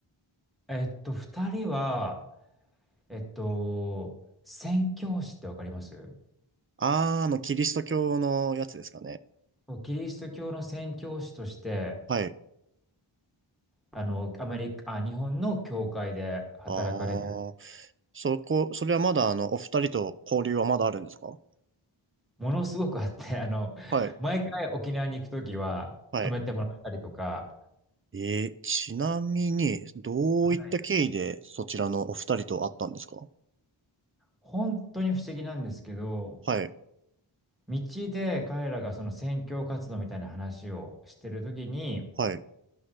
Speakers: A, in the centre; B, on the right.
A: えっと、二人は、えっと、宣教師ってわかります
B: あー、あの、キリスト教のやつですかね。
A: そうキリスト教の宣教師として、
B: はい。
A: あの、アメリカ、あ、日本の教会で働かれてる、
B: ああそこ、それはまだあの、お二人と交流はまだあるんですか
A: ものすごくあって、<laughs> あの、
B: はい。
A: 毎回沖縄に行くときは泊めてもらったりとか、
B: はい。えー、ちなみに、どういった経緯でそちらのお二人と会ったんですか
A: はい本当に不思議なんですけど、
B: はい。
A: 道で彼らがその宣教活動みたいな話をしてるときに、
B: はい。